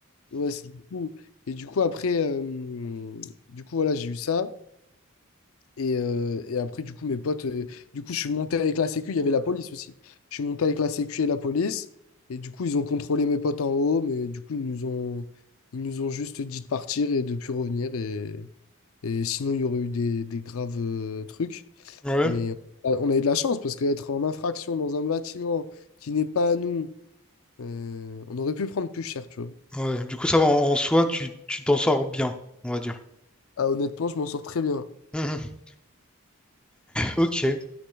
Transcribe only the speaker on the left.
Ouais, c'est fou. Et du coup, après. euh, Du coup, voilà, j'ai eu ça. Et, euh, et après, du coup, mes potes. euh, Du coup, je suis monté avec la sécu. Il y avait la police aussi. Je suis monté avec la sécu et la police. Et du coup, ils ont contrôlé mes potes en haut. Mais du coup, ils nous ont. Ils nous ont juste dit de partir et de plus revenir. Et, et sinon, il y aurait eu des, des graves euh, trucs.
Mais euh, on a eu de la chance parce qu'être en infraction dans un bâtiment qui n'est pas à nous, euh, on aurait pu prendre plus cher, tu vois.
Ah, honnêtement, je m'en sors très bien.